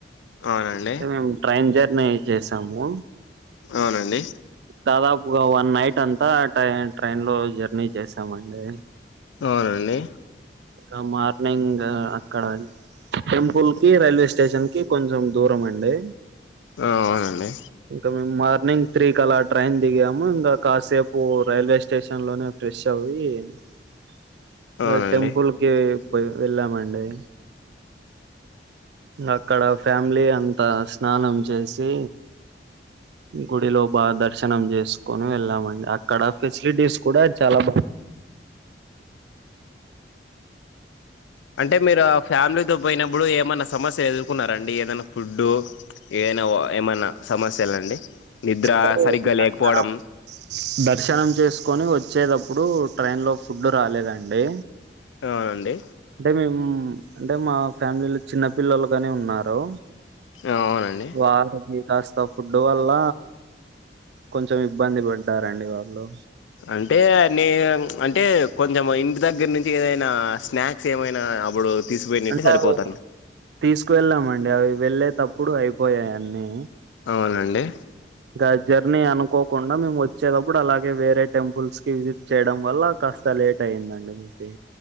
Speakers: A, on the left; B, on the right.
A: అవునండి
B: ఆ మేము ట్రైన్ జర్నీ చేసాము
A: అవునండి
B: దాదాపుగా వన్ నైట్ అంతా టై ట్రైన్ లో జర్నీ చేశామండి
A: అవునండి
B: క మార్నింగ్ అక్కడ టెంపుల్ కి రైల్వే స్టేషన్ కి కొంచెం దూరం అండి
A: ఆ అవునండి
B: ఇంకా మేము మార్నింగ్ త్రీ కలా ట్రైన్ దిగాము ఇంకా కాసేపు రైల్వే స్టేషన్ లోనే ఫ్రెష్ అవి ఇ
A: అవునండి
B: టెంపుల్కి పోయి వెళ్ళామండి అక్కడ ఫ్యామిలీ అంతా స్నానం చేసి గుడిలో బాగా దర్శనం చేసుకుని వెళ్ళామండి అక్కడ ఫెసిలిటీస్ కూడా చాలా బా
A: అంటే మీరు ఆ ఫ్యామిలీతో పోయినప్పుడు ఏమన్నా సమస్య ఎవు కున్నారండి ఏదైనా ఫుడ్డు ఏనవా ఏమైనా సమస్యలండి నిద్ర
B: దర్శనం
A: సరిగ్గా లేకపోవడం
B: దర్శనం చేసుకొని వచ్చేటప్పుడు ట్రైన్ లో ఫుడ్ రాలేదండి
A: అవునండి
B: అంటే మేము అంటే మా ఫ్యామిలీలో చిన్న పిల్లలుగానే ఉన్నారు
A: అవునండి
B: వాలికి కాస్త ఫుడ్ వల్ల కొంచెం ఇబ్బంది పడ్డారండి వాళ్ళు
A: అంటే నే అంటే కొంచెం ఇంటి దగ్గర నుంచి ఏదైనా స్నాక్స్ ఏమైనా అప్పుడు తీసిపోయినంటే
B: అంటే
A: సరిపోతాను
B: అవి తీసుకు వెెళ్ళామండి అవి వెళ్ళేటప్పుడు అయిపోయాయి అన్నీ
A: అవునండి
B: ఆ జర్నీ అనుకోకుండా మేము వచ్చేటప్పుడు అలాగే వేరే టెంపుల్స్ కి విజిట్ చేయడం వల్ల కాస్త లేట్ అయిందండి మీకి